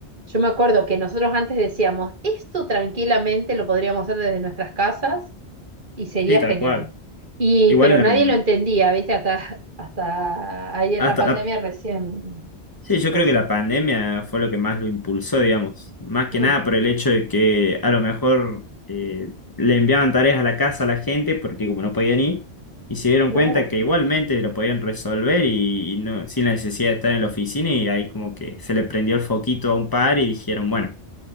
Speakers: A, on the right (about 50°); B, on the left (about 20°).
A: yo me acuerdo que nosotros antes decíamos, esto tranquilamente lo podríamos hacer desde nuestras casas y sería
B: Sí, tal
A: genial.
B: cual.
A: Y,
B: Igual
A: pero
B: en
A: nadie
B: la-
A: lo entendía, ¿viste? Hasta, hasta ahí en
B: hasta
A: la pandemia
B: la
A: recién,
B: Sí, yo
A: recién.
B: creo que la pandemia fue lo que más lo impulsó, digamos. Más que
A: Mm,
B: nada por el hecho de que a lo mejor eh, le enviaban tareas a la casa a la gente porque como no podían ir, y se dieron
A: claro,
B: cuenta que igualmente lo podían resolver y, y no, sin la necesidad de estar en la oficina y ahí como que se le prendió el foquito a un par y dijeron, bueno,